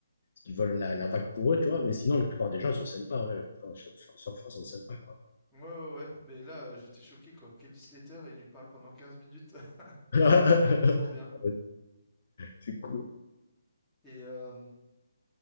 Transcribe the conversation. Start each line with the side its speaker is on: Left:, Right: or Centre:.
Left: Ils veulent la, la vague pour eux, tu vois. Mais sinon, la plupart des gens sont sympas. hein. La plupart des surfeurs sont sympas, quoi.
Centre: Ouais, ouais, ouais. Mais là, euh, j'étais choqué, quoi. Kelly Slater, il lui parle pendant 15 minutes. <laughs>
Left: <laughs>
Centre: Trop bien, quoi.
Left: C'est cool.
Centre: Et euh,